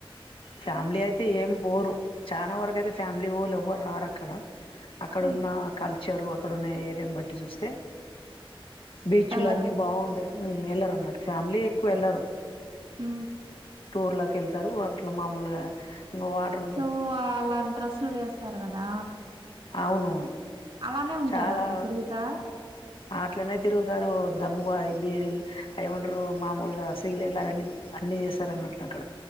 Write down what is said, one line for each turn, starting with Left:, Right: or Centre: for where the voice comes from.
Left: ఫ్యామిలీ అయితే ఏం బోరు చాలా వరకు అయితే ఫ్యామిలీ వొళ్ళు ఎవరు రారు అక్కడ అక్కడ అక్కడున్న
Right: ఆ
Left: కల్చరు అక్కడున్న ఏరియాను బట్టి చూస్తే బీచ్లు
Right: వెళ్ళరు.
Left: అన్ని బాగుండేయి వెళ్లరు అన్నట్టు ఫ్యామిలీ ఎక్కువ వెళ్లరు
Right: ఉ
Left: టూర్లకేళ్తారు వాటిలో మామూలుగా ఇంకా వాటర్ ఉంటది
Right: కు అలాంటి డ్రెస్సులు వేస్తారు కదా
Left: అవును
Right: అలానే ఉంటారా
Left: చాలా
Right: అక్కడ తిరుగుతా
Left: అట్లనే తిరుగుతారు దమ్ముగా బీడలు అవి ఏమంటారు మామూలుగా సిగలేట్లు అవన్నీ అన్ని చేస్తారు అన్నట్లు అక్కడ